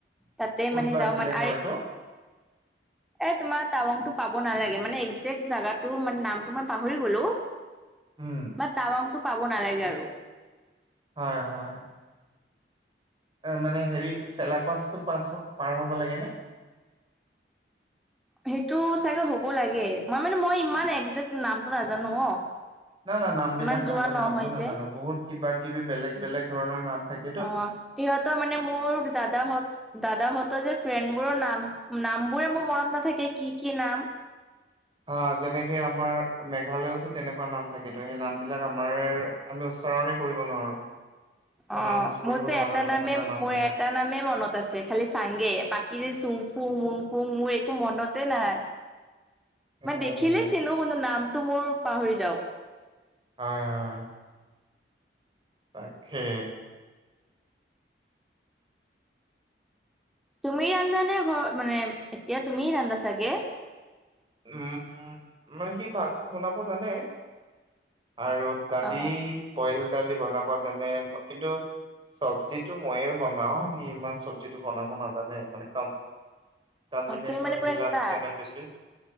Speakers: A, in the centre; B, on the right (about 25°).
A: তাতে
B: ক'ত
A: মানে
B: বা
A: যাওঁ
B: আছিলে
A: মানে
B: ঘৰটো
A: আৰু এ তোমাৰ টাৱংটো পাব নালাগে। মানে একজেক্ট জাগাটো মানে নামটো মই পাহৰি গ'লো।
B: উম
A: বা টাৱাংটো পাব নালাগে আৰু।
B: হয়, হয়। অ, মানে হেৰি চেলা পাচটো পাছ পাৰ হ'ব লাগে নে?
A: সেইটো চাগে হ'ব লাগে। মই মানে মই ইমান একজেক্ট নামটো নাজানো অ,
B: না না নাম বিলাক
A: ইমান
B: নাজানো
A: যোৱা নহয়
B: আমিও নাজানো
A: যে।
B: বহুত কিবা- কিবি বেলেগ বেলেগ ধৰণৰ নাম থাকে।
A: অ, সিহঁতৰ মানে মোৰ দাদাহঁত দাদাহঁতৰ যে ফ্ৰেণ্ডবোৰৰ নাম নামবোৰে মোৰ মনত নাথাকে কি কি নাম।
B: অ, যেনেকে আমাৰ মেঘালয়তো তেনেকুৱা নাম থাকেতো। সেই নামবিলাক আমাৰ আমি উচ্চাৰণে কৰিব নোৱাৰো। প্ৰনাউন্স
A: অ,
B: কৰিব
A: মোৰতো
B: নোৱাৰো
A: এটা
B: এই তেনেকুৱা
A: নামে
B: নাম
A: মোৰ
B: থাকে।
A: এটা নামে মনত আছে খালি চাংগে। বাকী যে চুং ফুং, মুং ফুং মোৰ একো মনত তে নাই।
B: উম,
A: মানে দেখিলে চিনো কোনটো নামটো মোৰ পাহৰি যাও।
B: হয়, হয়। তাকে।
A: তুমি ৰান্ধা নে ঘৰত মানে এতিয়া তুমি ৰান্ধা চাগে?
B: উম, উম মানে সি ভাতটো বনাব জানে আৰু দালি
A: অ
B: বইল দালি বনাব জানে, কিন্তু চব্জিটো মইয়ে বনাও। সি ইমান চব্জিটো বনাব নাজানে। মানে কাও কম্বিনেচনবিলাক
A: অ তুমি মানে পুৰা স্পাৰ্ট
B: কেনেকে কি,